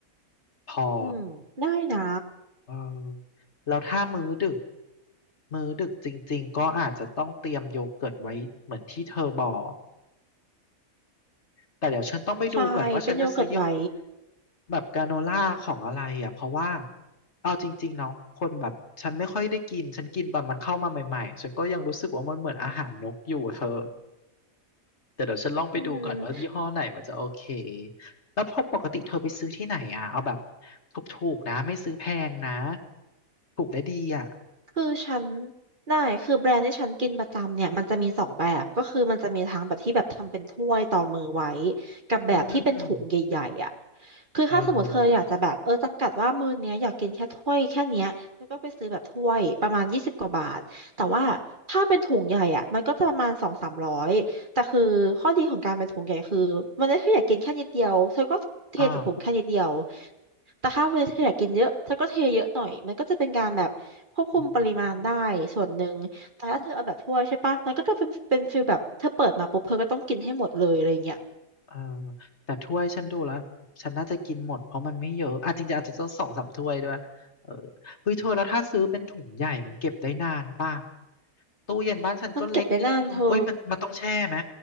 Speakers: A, on the left; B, on the right.
A: พอ
B: อืมได้นะ
A: เออแล้วถ้ามื้อดึก มื้อดึกจริงๆก็อาจจะต้องเตรียมโยเกิร์ตไว้เหมือนที่เธอบอก แต่เดี๋ยวฉันต้องไปดูก่อนว่าฉันจะซื้อยี่ห้อ
B: ใช่เป็นโยเกิร์ตไว้
A: แบบกราโนล่าของอะไรอ่ะเพราะว่าเอาจริงๆเนาะคนแบบฉันไม่ค่อยได้กินฉันกินตอนมันเข้ามาใหม่ๆฉันก็ยังรู้สึกว่ามันเหมือนอาหารนกอยู่เธอแต่เดี๋ยวฉันลองไปดูก่อนว่ายี่ห้อไหนมันจะโอเค
B: อืม
A: แล้วพอปกติเธอไปซื้อที่ไหนอ่ะเอาแบบถูกๆนะไม่ซื้อแพงนะถูกและดีอ่ะ
B: คือฉันได้คือแบรนด์ที่ฉันกินประจำเนี่ยมันจะมีสองแบบก็คือมันจะมีทั้งแบบที่แบบทำเป็นถ้วยต่อมือไว้กับแบบที่เป็นถุงใหญ่ๆอ่ะ
A: อืมอืมอืม
B: คือถ้าสมมติเธออยากจะแบบเออจำกัดว่ามื้อเนี้ยอยากกินแค่ถ้วยแค่เนี้ยเธอก็ไปซื้อแบบถ้วยประมาณยี่สิบกว่าบาทแต่ว่าถ้าเป็นถุงใหญ่อ่ะมันก็จะประมาณสองสามร้อยแต่คือข้อดีของการเป็นถุงใหญ่คือมันได้เธออยากกินแค่นิดเดียวเธอก็เทจากถุงแค่นิดเดียว
A: เอออ่า
B: แต่ถ้าวันนี้เธออยากกินเยอะเธอก็เทเยอะหน่อยมันก็จะเป็นการแบบควบคุมปริมาณได้ส่วนหนึ่งแต่ถ้าเธอเอาแบบถ้วยใช่ปะมันก็จะเป็นเป็นฟีลแบบเธอเปิดมาปุ๊บเธอก็ต้องกินให้หมดเลยอะไรเงี้ย
A: อืม เออแต่ถ้วยฉันดูแล้วฉันน่าจะกินหมดเพราะมันไม่เยอะอ่ะจริงๆอาจจะต้องสองสามถ้วยด้วยเออเฮ้ยเธอแล้วถ้าซื้อเป็นถุงใหญ่มันเก็บได้นานป่ะตู้เย็นบ้านฉันก็เล็กนิดนึงเอ้ยมันมันต้องแช่ไหม
B: มันเก็บได้นานเธอ